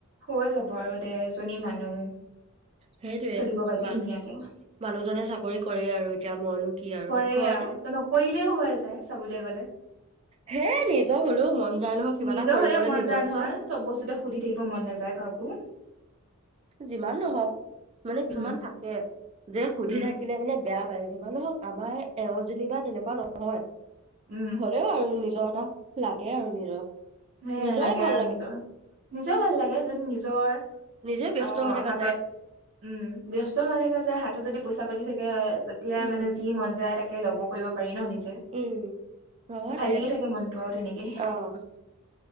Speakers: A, on the right; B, on the right.
A: হৈ যাব আৰু দে-এজনী মানুহ।
B: সেইটোয়েই
A: চলিব পাৰিবি
B: মা-মানুহজনে
A: ধুনীয়াকে
B: চাকৰি কৰে আৰু এতিয়া মইনো- কি আৰু
A: কৰে
B: ঘৰতে
A: আৰু নকৰিলেও হৈ যায় চাবলৈ গলে।।
B: হে নিজৰ হ'লেও মন যায় নহয় কিবা
A: নিজৰ
B: এটা কৰিবলৈ
A: হলেও মন
B: নিজস্ব
A: যায় নহয় চব বস্তুতে সুধি থাকিব মন নাযায় কাকো
B: যিমান নহওক মানে কিছুমান
A: উম,
B: থাকে যে- সুধি
A: উম,
B: থাকিলে মানে- বেয়া পাই। যিমানেহওক, আমাৰ এওঁযেনিবা তেনেকুৱা নহয়।
A: উম,
B: হ'লেও আৰু নি- নিজৰ এটা, লাগে আৰু নিজৰ।
A: সেয়াই
B: নিজৰে
A: লাগে
B: ভাল
A: আৰু নিজৰ। নিজেও ভাল লাগে যদি নিজ- জ্বৰ-
B: নিজে ব্যস্ত
A: অ
B: হৈ থকা
A: হাতত।
B: যায়
A: উম- ব্যস্ত হৈ থকা যায় হাতত যদি- পইচা পাতি থাকে। যেতিয়াই
B: উম
A: মানে যি মন যায় তাকে- ল'ব কৰিব পাৰি ন? নিজে-
B: উম- হব
A: তো ভাল
B: দে।
A: লাগি থাকে মনটো আৰু তেনেকে
B: অ-